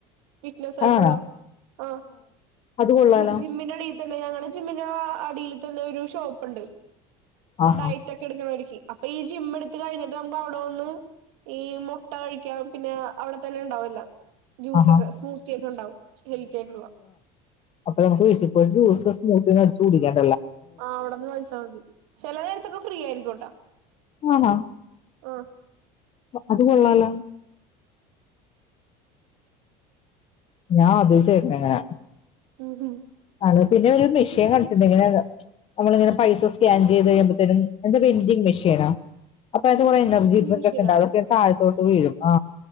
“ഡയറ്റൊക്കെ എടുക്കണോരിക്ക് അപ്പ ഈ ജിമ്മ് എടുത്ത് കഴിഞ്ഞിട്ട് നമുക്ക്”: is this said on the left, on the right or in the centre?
Right